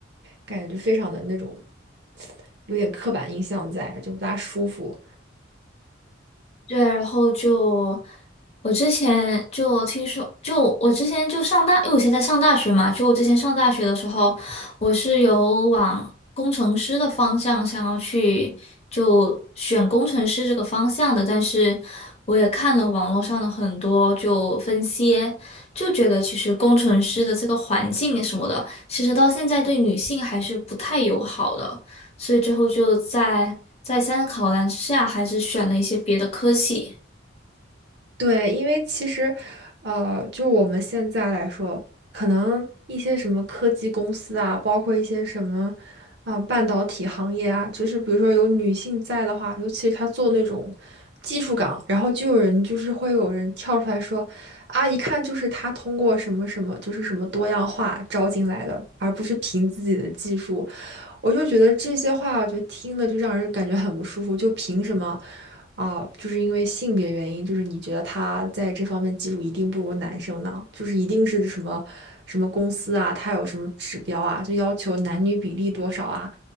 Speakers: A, on the right (about 55°); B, on the left (about 30°).
A: 感觉，就非常的那种有点刻板印象在，就不大舒服。
B: 对，然后就我之前就听说，就我之前就上大，因为我现在上大学嘛，就我之前上大学的时候，我是有往工程师的方向想要去，就选工程师这个方向的，但是我也看了网络上的很多就分析，就觉得其实工程师的这个环境什么的，其实到现在对女性还是不太友好的。所以最后就在再三个考量之下，还是选了一些别的科系。
A: 对，因为其实，呃，就我们现在来说，可能一些什么科技公司啊，包括一些什么，啊、半导体行业啊，就是比如说有女性在的话，尤其是她做那种技术岗，然后就有人就是会有人跳出来说，啊，一看就是她通过什么什么，就是什么多样化招进来的，而不是凭自己的技术。我就觉得这些话，我觉得听的就让人感觉很不舒服。就凭什么啊？就是因为性别原因，就是你觉得他在这方面技术一定不如男生呢？就是一定是什么什么公司啊，他有什么指标啊，就要求男女比例多少啊，